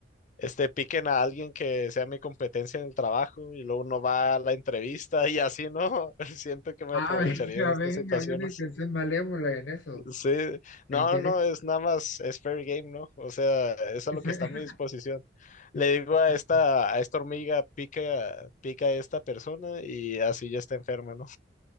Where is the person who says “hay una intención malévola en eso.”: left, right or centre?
Left